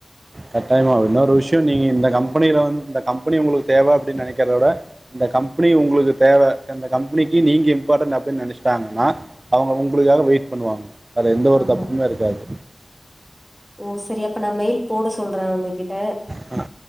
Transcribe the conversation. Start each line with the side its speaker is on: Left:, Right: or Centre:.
Right: கட்டாயமா இன்னொரு விஷ்யோ நீங்க இந்த கம்பெனியில வந்து இந்த கம்பெனி உங்களுக்கு தேவ அப்டின்னு நினைக்கிறத விட இந்த கம்பெனி உங்களுக்கு தேவ இந்த கம்பெனிக்கு நீங்க இம்பார்ட்டன்ட் அப்டின்னு நெனச்சிட்டாங்கன்னா அவுங்க உங்களுக்காக வெயிட் பண்ணுவாங்க அது எந்த ஒரு
Centre: ஆமா
Right: தப்புமே இருக்காது
Centre: ஓ செரி அப்ப நா மெயில் போட சொல்றே அவுங்ககிட்ட
Right: ஆ